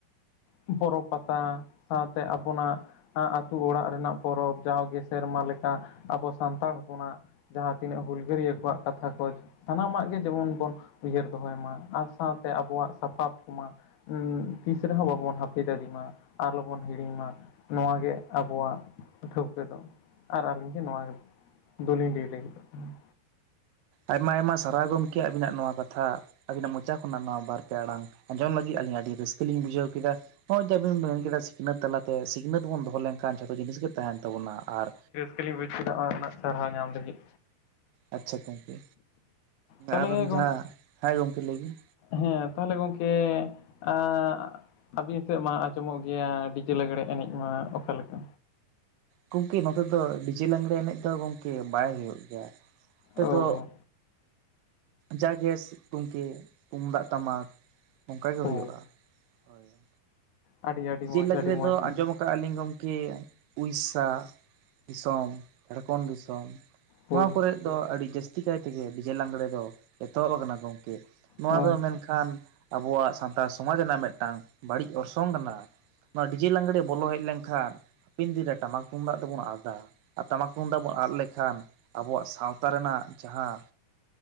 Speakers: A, on the left (about 75°); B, on the right (about 70°).
A: ᱵᱚᱨᱚ ᱯᱟᱛᱟ ᱥᱟᱶᱛᱮ ᱟᱵᱚᱱᱟᱜ ᱟᱛᱩ ᱚᱲᱟᱜ ᱨᱮᱱᱟᱜ ᱯᱚᱨᱚᱵᱽ ᱡᱟᱣᱜᱮ ᱥᱮᱨᱢᱟ ᱞᱮᱠᱟ ᱟᱵᱚ ᱥᱟᱱᱛᱟᱲ ᱦᱚᱯᱚᱱᱟᱜ ᱡᱟᱦᱟᱸ ᱛᱤᱱᱟᱹᱜ ᱦᱩᱞᱜᱟᱹᱨᱭᱟᱹ ᱠᱚᱣᱟᱜ ᱠᱟᱛᱷᱟ ᱠᱚ ᱥᱟᱱᱟᱢᱟᱜ ᱜᱮ ᱡᱮᱢᱚᱱ ᱵᱚᱱ ᱩᱭᱦᱟᱹᱨ ᱫᱚᱦᱚᱭ ᱢᱟ ᱟᱨ ᱥᱟᱶᱛᱮ ᱟᱵᱚᱣᱟᱜ ᱥᱟᱯᱟᱵ ᱠᱚᱢᱟ ᱩ ᱛᱤᱥ ᱨᱮᱦᱚᱸ ᱵᱟᱵᱚᱱ ᱦᱟᱯᱤ ᱫᱟᱲᱤ ᱢᱟ ᱟᱞᱚᱵᱚᱱ ᱦᱤᱲᱤᱧ ᱢᱟ ᱱᱚᱣᱟᱜᱮ ᱟᱵᱚᱣᱟᱜ ᱴᱷᱟᱹᱣᱠᱟᱹ ᱫᱚ ᱟᱨ ᱟᱹᱞᱤᱧ ᱜᱮ ᱱᱚᱣᱟ ᱫᱚᱞᱤᱧ ᱞᱟ. ᱭ ᱞᱟᱜᱤᱫᱚᱜ ᱠᱟᱱᱟ᱾
B: ᱟᱭᱢᱟ ᱟᱭᱢᱟ ᱥᱟᱨᱦᱟᱣ ᱜᱚᱝᱠᱮ ᱟᱵᱤᱱᱟᱜ ᱱᱚᱣᱟ ᱠᱟᱛᱷᱟ। ᱟᱹᱵᱤᱱᱟᱜ ᱢᱚᱪᱟ ᱠᱷᱚᱱᱟᱜ ᱱᱚᱣᱟ ᱵᱟᱨ ᱯᱮ ᱟᱲᱟᱝ ᱟᱸᱡᱚᱢ ᱞᱟᱹᱜᱤᱫ, ᱟᱹᱞᱤᱧ ᱟᱹᱰᱤ ᱨᱟᱹᱥᱠᱟᱹ ᱞᱤᱧ ᱵᱩᱡᱷᱟᱹᱣ ᱠᱮᱫᱟ। ᱦᱚᱜᱼᱚᱭ ᱡᱮ ᱟᱵᱮᱱ ᱵᱮᱱᱼ ᱢᱮᱱ ᱠᱮᱫᱟ, ᱥᱤᱠᱷᱱᱟᱹᱛ ᱛᱟᱞᱟᱛᱮ ᱥᱤᱠᱷᱱᱟᱹᱛ ᱵᱚᱱ ᱫᱚᱦᱚ ᱞᱮᱱᱠᱷᱟᱱ ᱡᱷᱚᱛᱚ ᱡᱤᱱᱤᱥ ᱜᱮ ᱛᱟᱦᱮᱱ ᱛᱟᱵᱚᱱᱟ᱾ ᱟᱨ
A: ᱠᱩᱥᱤᱞᱤᱧ ᱵᱩᱡ ᱠᱮᱫᱟ, ᱚᱱᱟ ᱨᱮᱱᱟᱜ ᱥᱟᱨᱦᱟᱣ ᱧᱟᱢ ᱞᱟᱹᱜᱤᱫ᱾
B: ᱟᱪᱪᱷᱟ ᱜᱚᱝᱠᱮ,
A: ᱛᱟᱦᱚᱞᱮ
B: ᱟᱨ
A: ᱜᱚᱝᱠᱮ
B: ᱡᱟᱦᱟᱸ ᱦᱮᱸ ᱜᱚᱝᱠᱮ ᱞᱟᱹᱭ ᱵᱤᱱ᱾
A: ᱦᱮᱸ ᱛᱟᱦᱚᱞᱮ ᱜᱚᱝᱠᱮ ᱟᱸ ᱟᱹᱵᱤᱱ ᱥᱮᱫ ᱢᱟ ᱟᱸᱡᱚᱢᱚᱜ ᱜᱮᱭᱟ, ᱰᱤᱡᱮ ᱞᱟᱜᱽᱲᱮ ᱮᱱᱮᱡ ᱢᱟ ᱚᱠᱟᱞᱮᱠᱟ?
B: ᱜᱚᱝᱠᱮ ᱱᱚᱛᱮ ᱫᱚ, ᱰᱤᱡᱮ ᱞᱟᱸᱜᱽᱬᱮ ᱮᱱᱮᱡ ᱫᱚ ᱜᱚᱝᱠᱮ ᱵᱟᱭ ᱦᱳᱭᱳᱜ ᱜᱮᱭᱟ ᱾ ᱱᱚᱛᱮ
A: ᱚ
B: ᱫᱚᱼᱼ ᱡᱟ ᱜᱮ ᱥᱤᱛᱩᱝ ᱠᱮᱫ ᱛᱩᱢᱫᱟᱜ ᱴᱟᱢᱟᱠ ᱚᱝᱠᱟ ᱜᱮ
A: ᱚ
B: ᱦᱳᱭᱳᱜᱼᱟ ᱾ ᱦᱳᱭ <inaudible>
A: ᱟᱹᱰᱤ ᱟᱹᱰᱤ
B: ᱰᱤᱡᱮ
A: ᱢᱚᱡᱽ
B: ᱞᱟᱸᱜᱽᱲᱮ
A: ᱟᱹᱰᱤ ᱢᱚᱡᱽ
B: ᱫᱚ ᱟᱸᱡᱚᱢᱚᱜᱼᱼ ᱠᱟᱜᱼᱟ ᱞᱤᱧ ᱜᱚᱝᱠᱮ ᱩᱲᱤᱥᱥᱟ ᱫᱤᱥᱚᱢ, ᱡᱷᱟᱲᱠᱷᱚᱸᱰ ᱫᱤᱥᱚᱢ ᱾
A: ᱦᱳᱭ
B: ᱱᱚᱣᱟ ᱠᱚᱨᱮᱫ ᱫᱚ ᱟᱹᱰᱤ ᱡᱟᱹᱥᱛᱤ ᱠᱟᱭ ᱛᱮᱜᱮ ᱰᱤᱡᱮ ᱞᱟᱸᱜᱽᱲᱮ ᱫᱚ, ᱮᱛᱚᱦᱚᱵ ᱟᱠᱟᱱᱟ ᱜᱚᱝᱠᱮ ᱾ ᱱᱚᱣᱟ
A: ᱚ
B: ᱫᱚ ᱢᱮᱱᱠᱷᱟᱱ ᱟᱵᱚᱣᱟᱜ ᱥᱟᱱᱛᱟᱲ ᱥᱚᱢᱟᱡᱽ ᱨᱮᱱᱟᱜ ᱢᱤᱫᱴᱟᱝ, ᱵᱟᱹᱲᱤᱡ ᱚᱨᱥᱚᱝ ᱠᱟᱱᱟ ᱾ ᱱᱚᱣᱟ ᱰᱤᱡᱮ ᱞᱟᱜᱜᱽᱬᱮ ᱵᱚᱞᱚ ᱦᱮᱡ ᱞᱮᱱᱠᱷᱟᱱ, ᱦᱟᱯᱮᱱ ᱫᱤᱱ ᱨᱮ ᱴᱟᱢᱟᱠ ᱛᱩᱢᱫᱟᱜ ᱫᱚᱵᱚᱱ ᱟᱫᱟ᱾ ᱟᱨ ᱴᱟᱢᱟᱠ ᱛᱩᱢᱫᱟᱜ ᱵᱚᱱ ᱟᱫ ᱞᱮᱠᱷᱟᱱ, ᱟᱵᱚᱣᱟᱜ ᱥᱟᱶᱛᱟ ᱨᱮᱱᱟᱜ ᱡᱟᱦᱟᱸᱼᱼ